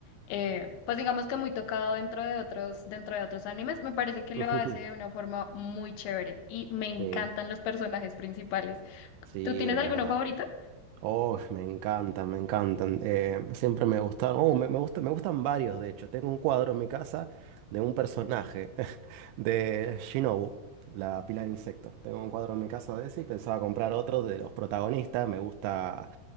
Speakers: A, on the left (about 75°); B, on the right (about 80°).
A: eh, pues digamos que muy tocado dentro de otros, dentro de otros animes, me parece que lo
B: Ujú.
A: hace de una forma muy chévere y me encantan
B: Sí,
A: los personajes principales.
B: sí,
A: ¿Tú tienes
B: es
A: alguno
B: verdad.
A: favorito?
B: Oh, me encantan, me encantan. Eh, siempre me gusta, oh, me, me gusta, me gustan varios, de hecho. Tengo un cuadro en mi casa de un personaje <laughs> de Shinobu, la Pilar Insecto. Tengo un cuadro en mi casa de ese y pensaba comprar otro de los protagonistas. Me gusta,